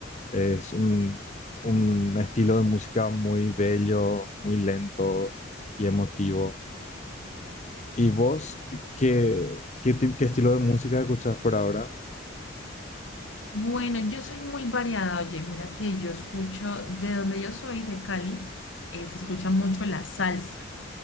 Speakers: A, on the left; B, on the left.
A: Es un, un estilo de música muy bello, muy lento y emotivo. ¿Y vos qué, qué, ti- qué estilo de música escuchás por ahora?
B: Bueno, yo soy muy variada, oye, mira que yo escucho, de donde yo soy, de Cali, eh, se escucha mucho la salsa,